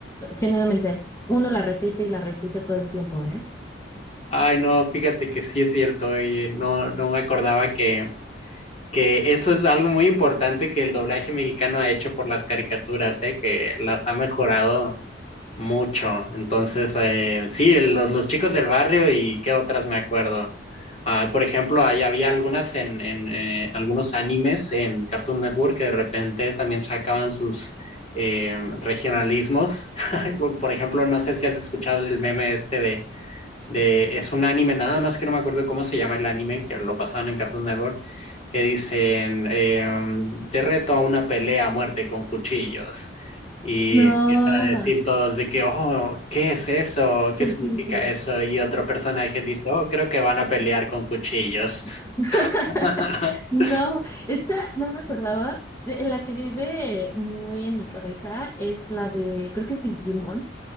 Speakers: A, on the left; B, on the left.
A: genuinamente uno la repite y la repite todo el tiempo, ¿eh?
B: Ay, no, fíjate que sí es cierto, oye, no, no me acordaba que que eso es algo muy importante que el doblaje mexicano ha hecho por las caricaturas, ¿eh? que las ha mejorado mucho. Entonces, eh, sí, los, los chicos del barrio y qué otras me acuerdo. Ah, por ejemplo, ahí había algunas en, en eh, algunos animes en Cartoon Network que de repente también sacaban sus eh, regionalismos. <laughs> Por ejemplo, no sé si has escuchado el meme este de de, es un anime, nada más que no me acuerdo cómo se llama el anime, que lo pasaban en Cartoon Network, que dicen, eh, te reto a una pelea a muerte con cuchillos. Y
A: No,
B: empiezan a decir todos de que, oh, ¿qué es eso?
A: ¿qué
B: ¿Qué significa
A: es eso?
B: eso? Y otro personaje dice, oh, creo que van a pelear con cuchillos.
A: <laughs>
B: <laughs>
A: No, esa no me acordaba. De- La que vive muy en mi cabeza es la de, creo que es Digimon.